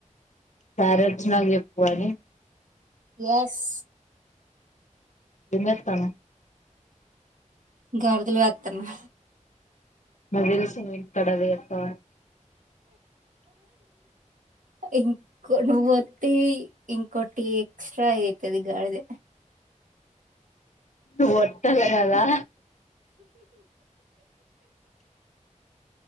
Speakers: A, on the left; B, on the right.
A: సార్ వచ్చినాక చెప్పు అని
B: ఎస్
A: ఎలోథమే
B: గాదులు గాతున్నా
A: నాకు తెలుసు నువ్వు ఇక్కడ వెతవని
B: ఇంక నువ్వో టీ ఇంకో టి ఎక్స్ట్రా అయితది గాడిద
A: దు ఓత్తది గదా